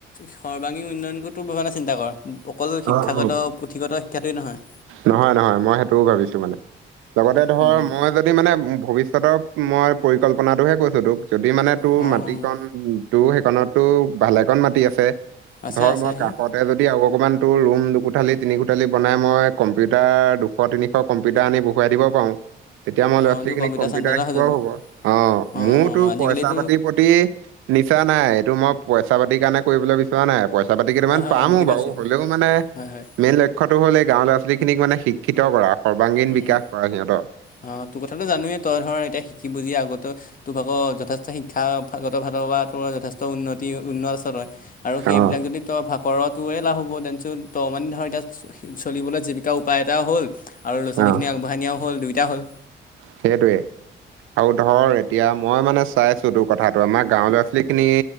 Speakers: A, on the left; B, on the right.
A: সৰ্বাংগী উন্নয়ন তো ভে চিন্তা কৰ অকল শিক্ষাগত
B: অ', অ'।
A: ঠিকতা শিক্ষাটোৱেই নহয়
B: নহয় নহয় মই সেইটোও ভাবিছো মানে লগতে ধৰ
A: উম,
B: মই যদি মানে ভি তাৰিছত মই পৰিকল্পনাটোহে কৈছো তোক যদি মানে তোৰ
A: অ',
B: মাটিিকন টো নতো ভালেকন মাটি আছে
A: আছে
B: ধৰ
A: আছে
B: মই
A: সেই
B: কাষতে যদি অকমান তো ৰুম কোঠালি তিনি কোঠালি বনাই মই কম্পিউটাৰ দুশ তিনিশ কম্পিউটাৰ আনি বহুৱাই দিব পাৰো তেতিয়া মই
A: অ',
B: ল'ৰা ছোৱালী
A: তোৰ
B: খিনিক কম্পিউটাৰ
A: চেণ্টাৰতে
B: শিকোৱাও
A: হৈ যাব,
B: হ'ব অ
A: অ',
B: মোৰতো
A: আজিকালিতো
B: পইচা পাতিৰ প্ৰতি নিচা নাই এইটো মই পইচা পাতিৰ কাৰণে কৰিবলৈ বিচৰা নাই পইচা পাতি কেইটামান
A: হয় হয়
B: পামো
A: মই বুজি
B: বাৰু
A: পাইছোঁ,
B: হ'লেও মানে
A: হয় হয়,
B: মেইন লক্ষ্যতো হ'ল এই গাঁৱৰ <unintelligible> খিনিক মানে শিক্ষিত কৰা, সৰ্বাংগীন
A: উম,
B: বিকাশ কৰা সিহঁতক।
A: অ' তোৰ কথাটো জানোৱেই তই ধৰা এতিয়া শিকি বুজি আগতে তোৰ ভাগৰ যথেষ্ট শিক্ষা <unintelligible> <unintelligible> যথেষ্ট উন্নতি উন্ন আচৰ হয় আৰু সেইবিলাক
B: অ',
A: যদি তই ভাগ কৰোঁ তোৰে লাভ হ'ব দেনচোন <unintelligible> ধৰ এতিয়া চ-চলিবলৈ জীৱিকা উপায় এটা হ'ল লৰা ছোৱালিখিনি
B: অ',
A: আগবঢ়াই নিয়াও দুইটা হ'ল।
B: সেইটোৱে। আৰু ধৰ এতিয়া মই মানে চাইছোঁ তোৰ কথাতটো আমাৰ গাঁও ল'ৰা ছোৱালী খিনি